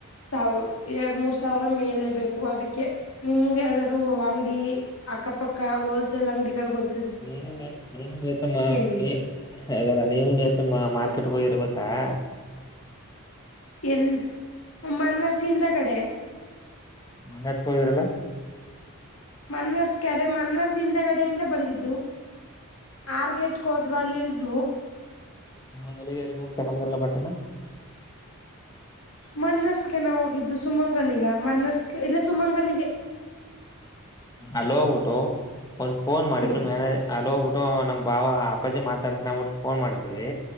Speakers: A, on the left (about 70°); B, on the left (about 15°).
A: ಸಾವ ಎರಡು ಮೂರ್ ಸ ಸಾವಿರ ಮೇಲೆ ಬೇಕು ಅದಕ್ಕೆ ನಿಮ್ಗೆಾದ್ದೂ ಅಂಗಡಿ ಅಕ್ಕಪಕ್ಕ, ಹೋಲ್ಸೇಲ್ ಅಂಗಡಿಗಳು ಗೊತ್ತ
B: ನೀನು- ನೀ -ನೀನು ನೇತ್ರ
A: ಹೇಳಿದ್ದು
B: -ನೀ -ಅಲ್ಲ ನೀವು ನೇತ್ರ ಮಾರ್ಕೆಟ್ ಹೋಗಿರ. ಹಾ
A: ಎಲ್ಮ್ಮನ್ನರ್ಸಿಂದ ಕಡೆ.
B: ಮೊನೆ ಹತ್ ಹೂಗಿದ್ರಲ್ಲ
A: ಮನ್ನರ್ಸ್ಗೆ ಅದೇ ಮನ್ನರ್ಸ್ ಹಿಂದಗಡೆಯಿಂದ ಬಂದಿದ್ದು. ಆರ್ಗೆಟ್ ಕೋದ್ವ <unintelligible> ಲ್ಲಿಲ್ದ್ವು
B: ಮಂಗಲಿಗೆಾರಿಗೆ ಹೋಗ್ತಾ ಕದ್ರಲ್ಲ ಬಟ್ಟಣ.
A: ಮನ್ನರ್ಸ್ಕ ನಾವ ಹೋಗಿದ್ದು ಸುಮಂಗಲಿಗ ಮನ್ನರ್ಸ್ಕ ಇಲ್ಲ ಸುಮಂಗಲಿಗೆ.
B: ಅಲ್ ಹೋಗ್ಬಿಟ್ಟು ಒಂದ್ ಫೋನ್ ಮಾಡಿದ್ರು
A: ಹ್ಮ್
B: ಮ್ಯಾನೇಜ ಅಲ್ಲಿ ಹೋಗ್ಬಿಟ್ಟು ನಮ. ಬಾವ ಅಪ್ಪಾಜಿ ಮಾತಾಡ್ಕೊಂಡ್ಬಿಟ್ಟು ಫೋನ್ ಮಾಡಿದ್ವಿ